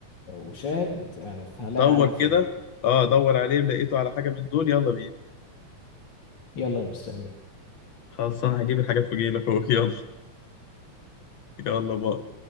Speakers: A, on the left; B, on the left.
A: وشاهد يعني فهلاقي
B: دور
A: عليه الفيلم
B: كده اه دور عليه لقيته على حاجة من دول يلا بينا
A: يلا انا مستنيك
B: خلصان هجيب الحاجات واجيلك اهو <laughs> يلا يلا بقى